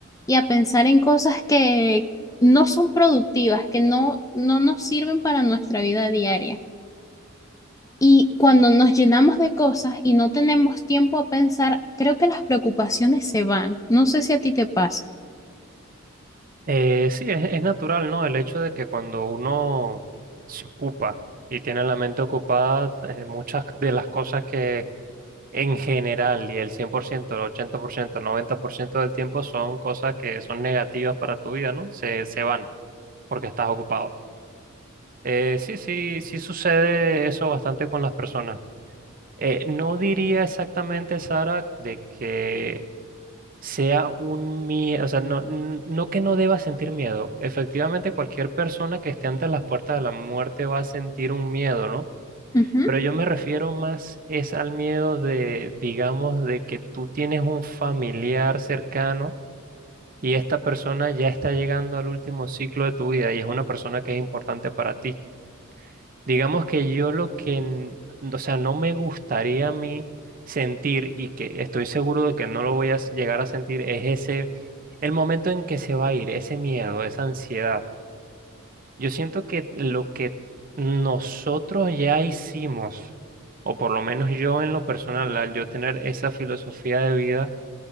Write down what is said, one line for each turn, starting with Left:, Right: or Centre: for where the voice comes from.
Left: y a pensar en cosas que no son productivas, que no, no nos sirven para nuestra vida diaria. Y cuando nos llenamos de cosas y no tenemos tiempo a pensar, creo que las preocupaciones se van. No sé si a ti te pasa.
Right: Eh, sí, es, es natural, ¿no? El hecho de que cuando uno se ocupa y tiene la mente ocupada, eh, muchas de las cosas que En general, y el 100%, el 80%, el 90% del tiempo son cosas que son negativas para tu vida, ¿no? Se, se van porque estás ocupado. Eh, sí, sí, sí sucede eso bastante con las personas. Eh, no diría exactamente, Sara, de que sea un miedo, o sea, no, n- no que no deba sentir miedo. Efectivamente, cualquier persona que esté ante las puertas de la muerte va a sentir un miedo, ¿no?
Left: Ujú.
Right: Pero yo me refiero más es al miedo de, digamos, de que tú tienes un familiar cercano y esta persona ya está llegando al último ciclo de tu vida y es una persona que es importante para ti. Digamos que yo lo que, n- o sea, no me gustaría a mí sentir y que estoy seguro de que no lo voy a s- llegar a sentir es ese, el momento en que se va a ir, ese miedo, esa ansiedad. Yo siento que lo que nosotros ya hicimos, o por lo menos yo en lo personal, al yo tener esa filosofía de vida,